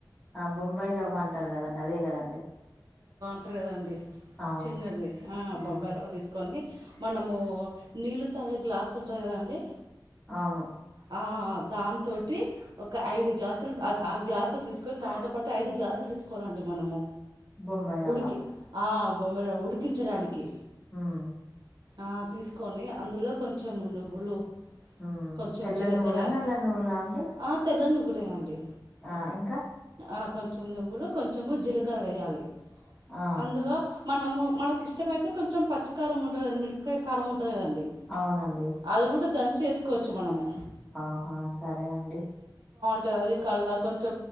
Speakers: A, in the centre; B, on the right (about 60°).
A: ఆ బొంబాయి రవ్వ అంటారు కదండి అదే కదండి
B: ట్టారు కదండి
A: అవును
B: చిన్నది ఆ
A: ఉమ్
B: బొంబాయిరావ తీసుకొని మనము నీళ్ళు తాగే గ్లాస్ ఉంటది కదండి
A: అవును
B: ఆ దాంతోటి ఒక ఐదు గ్లాసులు ఆ గ్లాసు తీసుకొని దాంతోపాటు ఐదు గ్లాసులు తీసుకోవాలండి మనము
A: బొంబాయి రవ్వ
B: ఉడికి ఆ బొంబాయిరవ్వ ఉడికించడానికి
A: ఉమ్మ్
B: ఆ తీసుకొని అందులో కొంచెం నువ్వులు
A: ఉమ్మ్
B: కొంచెం
A: తెల్ల
B: జీలకర్ర
A: నువ్వులా నల్ల నువ్వులా అండి
B: ఆ తెల్ల నువ్వులే అండి
A: ఆ ఇంకా
B: ఆ కొంచెం నువ్వులు కొంచెము జీలకర వేయాలి
A: ఆ
B: అందులో మనము మనకి ఇష్టమైతే కొంచెం పచ్చికారం ఉంటది కదా మిరపకాయ కారం ఉంటది కదండి
A: అవునండి
B: అది కూడా దంచి ఏసుకోవచ్చు మనము
A: ఆహా సరే అండి
B: టే అది కొంచె